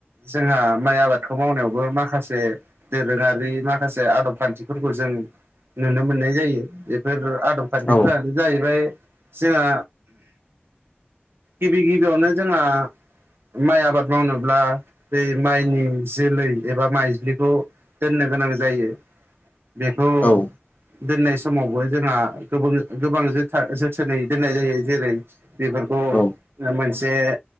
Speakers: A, on the right; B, on the left.
A: जोंहा माइ आबादखौ मावनायावबो माखासे दोरोङारि माखासे आदब खान्थिफोरखौ जों नुनो मोननाय जायो बेफोर आदब खान्थिफ्रानो
B: औ
A: जाहैबाय जोंहा गिबि गिबियावनो जोंहा माइ आबाद मावनोब्ला बे माइनि जोलै एबा माइज्लिखौ दोननो गोनां जायो बेखौ
B: औ
A: दोननाय समावबो जोंहा गोबां जोथा जोथोनै दोननाय जायो जेरै बेफोरखौ
B: औ
A: मोनसे